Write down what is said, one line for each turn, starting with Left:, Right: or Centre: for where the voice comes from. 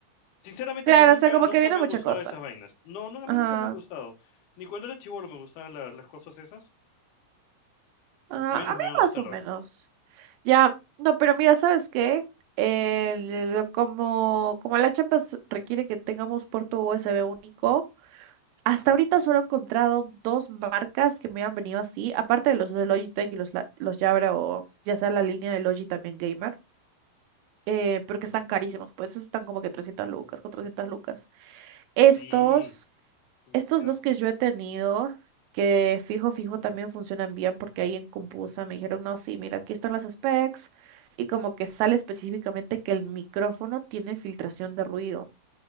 Left: sinceramente
Right: Claro,
Left: a mí nunca,
Right: o sea, como
Left: nunca
Right: que viene
Left: me
Right: mucha
Left: han gustado
Right: cosa.
Left: esas vainas. No, no, a mí
Right: Ajá.
Left: nunca me han gustado. Ni cuando era chibolo me gustaban la- las cosas esas,
Right: Ah,
Left: menos
Right: a mí
Left: me van a gustar
Right: más o
Left: ahora.
Right: menos. Ya, no, pero mira, ¿sabes qué? El- como, como la Champions requiere que tengamos puerto USB único, hasta ahorita solo he encontrado dos marcas que me han venido así, aparte de los de Logitech y los, la- los Jabra o ya sea la línea de Logi también Gamer, eh, pero que están carísimos, pues esos están como que 300 lucas, 400 lucas. Estos
Left: Sí, demasiado.
Right: estos dos que yo he tenido, que fijo, fijo también funcionan bien porque ahí en Compusa me dijeron, no, sí, mira, aquí están las specs y como que sale específicamente que el micrófono tiene filtración de ruido,